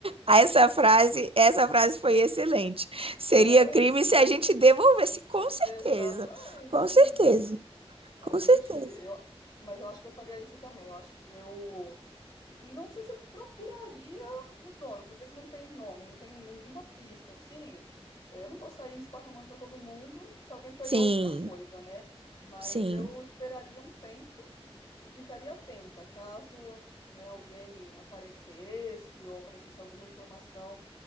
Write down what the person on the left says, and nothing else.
É,
exatamente,
né? A
gente,
eu, mas eu acho que eu faria isso também. Eu acho que eu não sei se eu procuraria o dono, porque se não tem nome, não tem nenhuma pista assim, eh, eu não vou sair esparramando para todo mundo se alguém perdeu
alguma coisa, né? Mas
eu esperaria um tempo e ficaria atenta, caso, né, alguém aparecesse ou aparecesse alguma informação